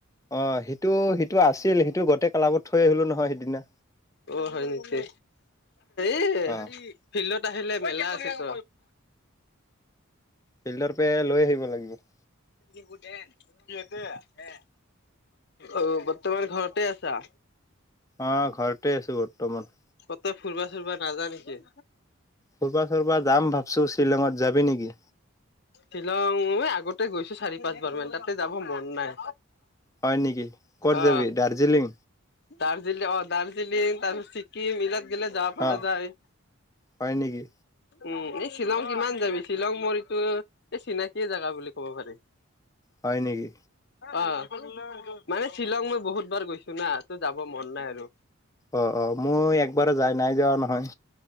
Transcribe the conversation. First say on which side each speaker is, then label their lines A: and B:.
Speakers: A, on the left; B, on the left.
A: অঁ সিটো সিটো আছিল সিটো গোটেই কালাবত থৈ আহিলোঁ নহয় সিদিনা।
B: অ হয় নেকি? এ'
A: অ
B: ফিল্ডত আহিলে মেলা পিছত।
A: ফিল্ডৰ পে লৈ আহিব লাগিব।
B: কি শুদে, কি হৈছে? এ' অ' বৰ্তমান ঘৰতে আছা?
A: অঁ ঘৰতে আছোঁ বৰ্তমান।
B: কতো ফুুৰবা চুৰিবা নাজা নেকি?
A: ফুৰবা চুৰবা যাম ভাবছো। শ্বিলঙত যাবি নেকি?
B: শ্বিলং মই আগতে গৈছো চাৰি পাঁচবাৰ মান তাতে যাব মন নাই।
A: হয় নিকি ক'ত
B: অ
A: যাবি দাৰ্জিলিং?
B: দাৰ্জিলিং অ দাৰ্জিলিং তাৰপিছত ছিকিম ইলাত- গেলে যাব পৰা
A: অ
B: যায়।
A: হয় নেকি
B: উম' এই শ্বিলং কিমান যাবি শ্বিলং মৰিতো- এই চিনাকিয়ে জেগা বুলি ক'ব পাৰি।
A: হয় নেকি?
B: অঁ' মানে শ্বিলং মই বহুত বাৰ গৈছো না তো যাব মন নাই আৰু।
A: অ অ মই একবাৰো যায় নাই যোৱা নহয়।